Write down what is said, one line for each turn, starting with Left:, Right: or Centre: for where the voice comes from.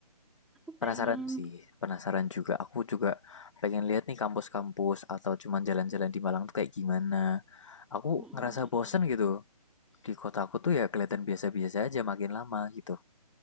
Centre: Aku
Left: Penasaran
Centre: pengen.
Left: sih, penasaran juga. Aku juga pengen lihat nih kampus-kampus atau cuman jalan-jalan di Malang tuh kayak gimana. Aku
Centre: Mm-mm-mm.
Left: ngerasa bosen gitu. Di kota aku tuh ya kelihatan biasa-biasa aja makin lama gitu.